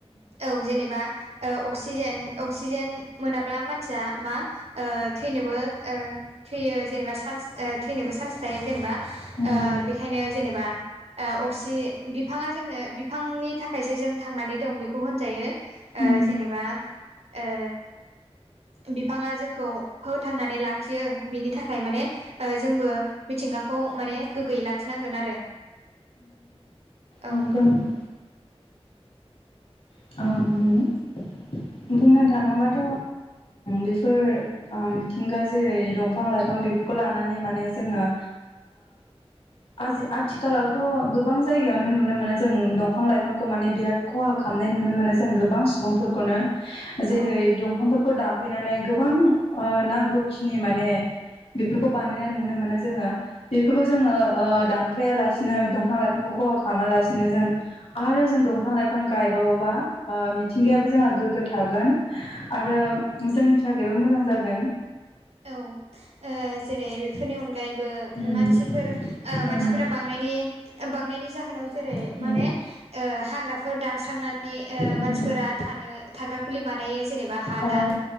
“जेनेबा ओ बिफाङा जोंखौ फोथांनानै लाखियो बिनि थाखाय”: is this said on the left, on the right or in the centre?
Right